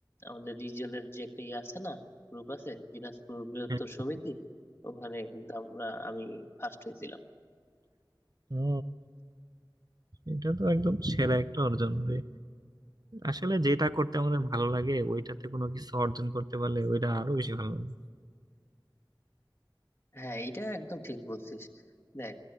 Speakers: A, on the left (about 30°); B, on the right (about 50°).
A: আমাদের রিজিয়নের যে একটা ইয়ে আছে না গ্রুপ আছে দিনাজপুর বৃহত্তর
B: হ্যাঁ।
A: সমিতি ওখানে কিন্তু আমরা আমি ফার্স্ট হয়েছিলাম
B: ও এটা তো একদম সেরা একটা অর্জন রে আসলে যেটা করতে আমাদের ভালো লাগে ওইটাতে কোনো কিছু অর্জন করতে পারলে ওইটা আরো বেশি ভালো লাগে
A: হ্যাঁ এটা একদম ঠিক বলছিস দেখ